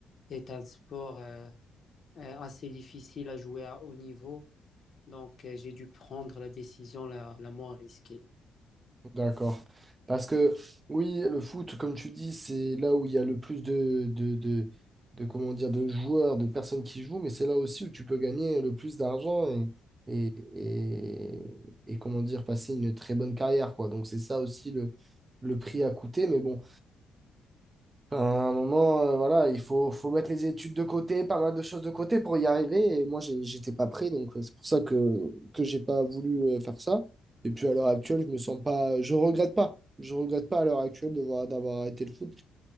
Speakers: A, on the left; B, on the right.
A: est un sport euh, euh, assez difficile à jouer à haut niveau. Donc, euh, j'ai dû prendre la décision la, la moins risquée.
B: D'accord. Parce que oui, le foot, comme tu dis, c'est là où il y a le plus de, de, de, de, comment dire, de joueurs, de personnes qui jouent, mais c'est là aussi où tu peux gagner le plus d'argent et, et, et, et, comment dire, passer une très bonne carrière, quoi. Donc c'est ça aussi le, le prix à coûter. Mais bon, à un moment, euh, voilà, il faut, faut mettre les études de côté, pas mal de choses de côté pour y arriver. Et moi, j'ai- j'étais pas prêt, donc euh, c'est pour ça que, que j'ai pas voulu euh, faire ça. Et puis à l'heure actuelle, je me sens pas, je regrette pas. Je regrette pas à l'heure actuelle de voir- d'avoir arrêté le foot.